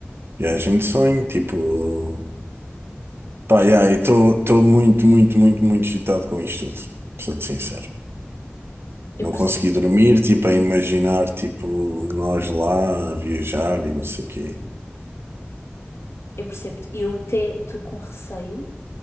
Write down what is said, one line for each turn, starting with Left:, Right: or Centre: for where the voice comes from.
Right: Viagem de sonho, tipo. Pá, yeah, eu estou muito, muito, muito, muito excitado com isto tudo. Sou-te sincero.
Left: Eu
Right: Não
Left: percebo.
Right: consegui dormir, tipo, a imaginar, tipo, nós lá a viajar e não sei o quê.
Left: Eu percebo-te. E Eu até estou com receio.